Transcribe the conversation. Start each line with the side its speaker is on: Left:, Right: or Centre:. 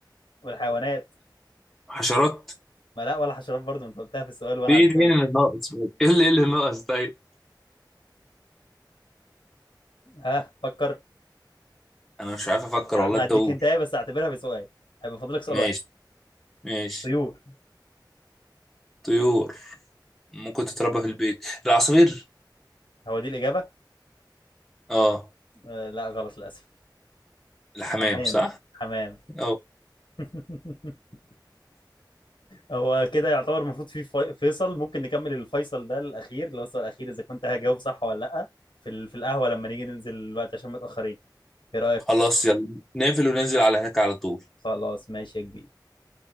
Left: والحيوانات
Centre: حشرات
Left: ما لا ولا حشرات برضه ما انت قلتها في السؤال وانا
Centre: في ايه
Left: عديتها
Centre: تاني
Left: لك
Centre: اللي ناقص ايه اللي إيه اللي ناقص طيب
Left: ها فكر
Centre: انا مش عارف افكر
Left: يا
Centre: والله
Left: عم هديك
Centre: انت قول
Left: انت بس اعتبرها بسؤال هيبقى فاضلك سؤال
Centre: ماشي
Left: واحد
Centre: ماشي
Left: طيور
Centre: طيور ممكن تتربى في البيت العصافير
Left: هو دي الاجابه
Centre: اه
Left: آه لا غلط للاسف
Centre: الحمام
Left: حمام
Centre: صح
Left: حمام
Centre: اه
Left: <laughs> هو كده يعتبر المفروض في في- فيصل ممكن نكمل الفيصل ده الاخير اللي هو السؤال الاخير اذا كنت هجاوب صح ولا لا في ال- في القهوه لما نيجي ننزل الوقت عشان متاخرين ايه رايك
Centre: خلاص يلا نقفل وننزل على هناك على طول
Left: خلاص ماشي يا كبير